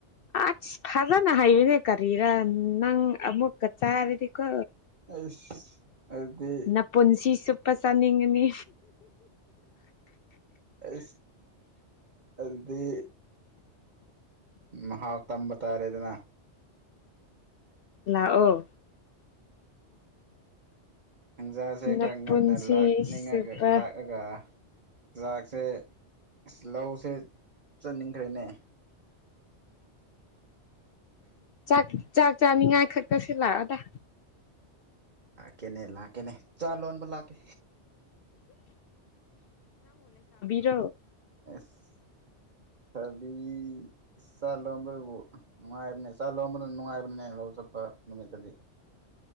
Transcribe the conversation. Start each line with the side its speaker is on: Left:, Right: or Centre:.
Left: ꯑꯁ ꯐꯖꯅ ꯍꯥꯏꯌꯦꯅꯦ ꯀꯔꯤꯔ ꯅꯪ ꯑꯃꯨꯛ ꯀ ꯆꯥꯔꯤꯦꯗꯤ ꯀꯣ
Right: ꯑꯩꯁ ꯑꯗꯨꯗꯤ
Left: ꯅ ꯄꯨꯨꯟꯁꯤ ꯆꯨꯞꯄ ꯆꯥꯅꯤꯡꯉꯅꯤ
Right: ꯑ ꯑꯗꯤ ꯃꯍ ꯍꯥꯥꯎ ꯇꯝꯕ ꯇꯔꯦꯗꯅ
Left: ꯂꯥꯛꯑꯣ
Right: ꯊꯟꯖꯥꯁꯦ
Left: ꯅꯄꯨꯟꯁꯤ
Right: ꯈꯔ ꯉꯟꯅ ꯂꯥꯛꯅꯤꯡꯉꯒ
Left: ꯆꯨꯞꯄ
Right: ꯂꯥꯛꯑꯒ ꯆꯥꯛꯁꯦ ꯂꯧꯁꯦ ꯆꯠꯅꯤꯡꯈ꯭ꯔꯦꯅꯦ
Left: ꯥꯛ ꯆꯥꯛ ꯆꯥꯅꯤꯉꯥꯏ ꯈꯛꯇꯁꯨ ꯂꯥꯛꯑꯗ
Right: ꯀꯦꯅꯦꯂꯀꯦꯅꯦ ꯆꯂꯣ ꯂ ꯀ
Left: ꯌꯥꯣ
Right: ꯑꯦꯁ ꯁꯥꯕꯤ ꯆꯥ ꯂꯣꯟꯕꯕꯨ ꯅꯨꯡꯉꯥꯏꯕꯅꯦ ꯆꯥ ꯂꯣꯟꯗꫭ ꯅꯨꯡꯉꯥꯏꯕꯅꯤꯅꯦ ꯍꯥꯎ ꯆꯠꯄ ꯅꯨꯃꯤꯠꯇꯗꯤ